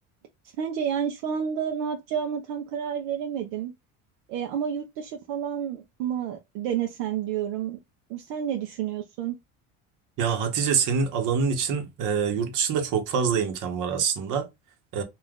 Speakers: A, on the right (about 75°); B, on the right (about 60°).
A: sence yani şu anda ne yapacağımı tam karar veremedim. E, ama yurt dışı falan mı denesem diyorum. Sen ne düşünüyorsun?
B: Ya Hatice senin alanın için e, yurt dışında çok fazla imkan var aslında. E,